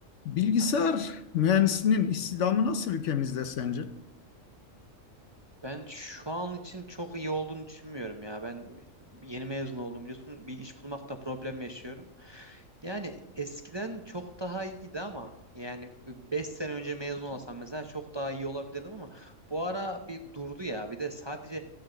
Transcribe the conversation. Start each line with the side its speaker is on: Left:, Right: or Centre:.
Left: Bilgisayar mühendisinin istihdamı nasıl ülkemizde sence?
Right: Ben şu an için çok iyi olduğunu düşünmüyorum ya. Ben bi- yeni mezun oldum biliyorsun. Bir iş bulmakta problem yaşıyorum. Yani eskiden çok daha iyiydi ama yani 5 sene önce mezun olsam mesela çok daha iyi olabilirdim ama bu ara bir durdu ya. Bir de sadece